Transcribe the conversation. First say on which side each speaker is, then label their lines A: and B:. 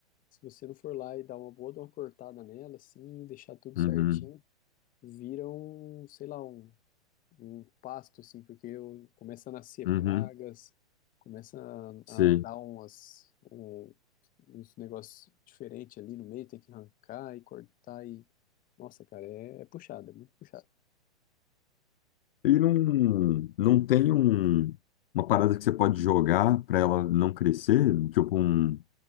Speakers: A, on the left; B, on the left.
A: se você não for lá e dar uma boa, dar uma cortada nela, assim, e deixar tudo
B: uhum,
A: certinho, vira um, sei lá, um um pasto, assim, porque eu, começa a nascer
B: uhum,
A: pragas, começa a,
B: sim.
A: a dar umas, um- uns negócios diferentes ali no meio, tem que arrancar e cortar e... Nossa, cara, é, é puxado, é muito puxado.
B: Ele não, não tem um, uma parada que você pode jogar para ela não crescer, tipo um.